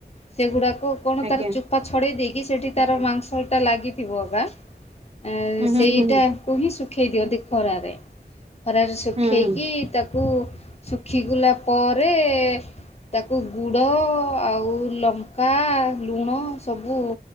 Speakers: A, on the left; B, on the right.
A: ସେଗୁଡ଼ାକ କଣ
B: ଆଜ୍ଞା
A: ତାର ଚୋପା ଛଡେଇ ଦେଇେଇକି ସେଠି ତାର ମାଂସଟା ଲାଗିଥିବ ବା। ଏ
B: ହୁଁ ହୁଁ
A: ସେଇଟାକୁ
B: ହୁଁ
A: ହିଁ ଶୁଖେଇ ଦିଅନ୍ତି ଖରାରେ, ଖରାରେ ଶୁଖେଇକି
B: ହୁଁ ହୁଁ
A: ତା ତାକୁ ଶୁଖିଗଲା ପରେ ତାକୁ ଗୁଡ଼ ଆଉ ଲଙ୍କା ଲୁଣ ସବୁ